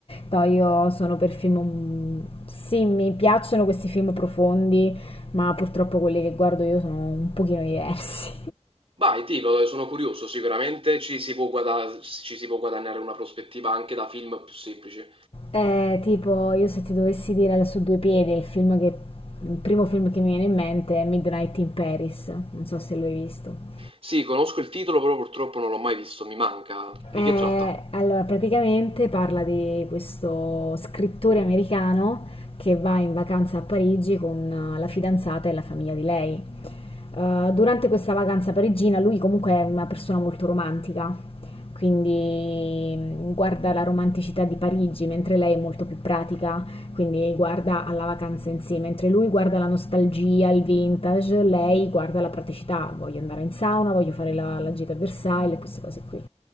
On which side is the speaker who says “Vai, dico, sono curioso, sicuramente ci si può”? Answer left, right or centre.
Right